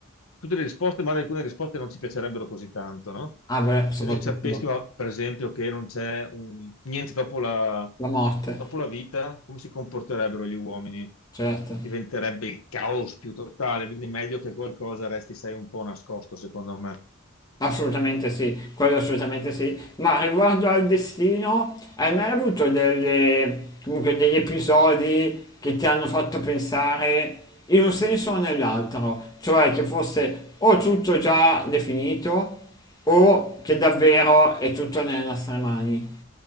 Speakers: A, on the left; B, on the left.
A: tutte le risposte, magari alcune risposte non ci piacerebbero così tanto, no?
B: Ah beh, soprattutto
A: Se noi sapessimo, per esempio, che non c'è un- niente dopo la,
B: la morte,
A: dopo la vita, come si comporterebbero gli uomini?
B: certo.
A: Diventerebbe il caos più totale, quindi è meglio che qualcosa resti, sai, un po' nascosto, secondo me.
B: Assolutamente sì, quello assolutamente sì, ma riguardo al destino, hai mai avuto delle- comunque degli episodi che ti hanno fatto pensare in un senso o nell'altro? Cioè che fosse o tutto già definito o che davvero è tutto nelle nostre mani?